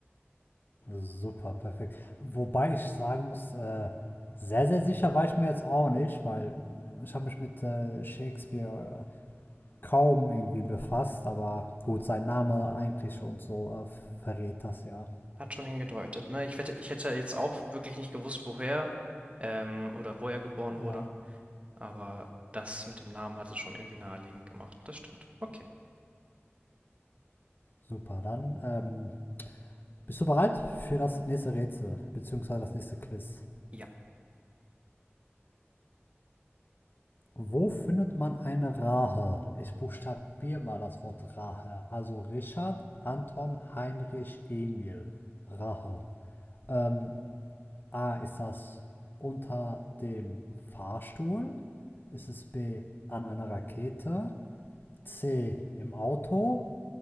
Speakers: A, on the left; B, on the right.
A: Super, perfekt. Wobei ich sagen muss, äh, sehr, sehr sicher war ich mir jetzt auch nicht, weil ich habe mich mit äh, Shakespeare kaum irgendwie befasst, aber gut, sein Name eigentlich und so äh, verrät das ja.
B: Hat schon hingedeutet, ne? Ich wette, ich hätte jetzt auch wirklich nicht gewusst, woher, ähm, oder wo er geboren wurde,
A: Ja,
B: aber das mit dem Namen hat es schon irgendwie naheliegend gemacht. Das stimmt. Okay.
A: super. Dann ähm, bist du bereit für das nächste Rätsel, beziehungsweise das nächste Quiz?
B: Ja,
A: Wo findet man eine Rahe? Ich buchstabiere mal das Wort Rahe. Also Richard, Anton, Heinrich, Emil. Rahe. Ähm, A, ist das unter dem Fahrstuhl? Ist es B, an einer Rakete? C, im Auto?